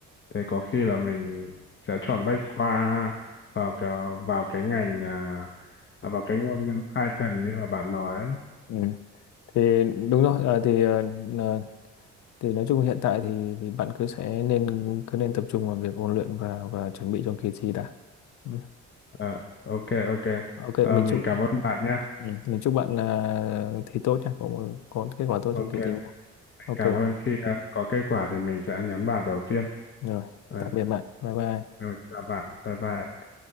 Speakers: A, on the left (about 40°); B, on the left (about 70°).
A: thế có khi là mình sẽ chọn bách khoa ha vào cái, vào cái ngành à, à, vào cái ngôn ngữ Python như là bạn nói
B: Ừ. Thì đúng rồi, ờ, thì ờ, ờ, thì nói chung hiện tại thì thì bạn cứ sẽ nên cứ nên tập trung vào việc ôn luyện và và chuẩn bị cho kỳ thi đã. Ừ.
A: Ờ, ok ok
B: Ok,
A: Ờ,
B: mình
A: mình
B: chúc
A: cảm ơn bạn nhé
B: ừ. mình chúc bạn ờ, thi tốt nha, có có kết quả tốt
A: ok
B: trong kỳ thi
A: mình
B: nha. Ok,
A: cảm ơn khi à, có kết quả thì mình sẽ nhắn bạn đầu tiên
B: rồi,
A: Đấy,
B: tạm biệt bạn. Bye bye.
A: rồi chào bạn bye bye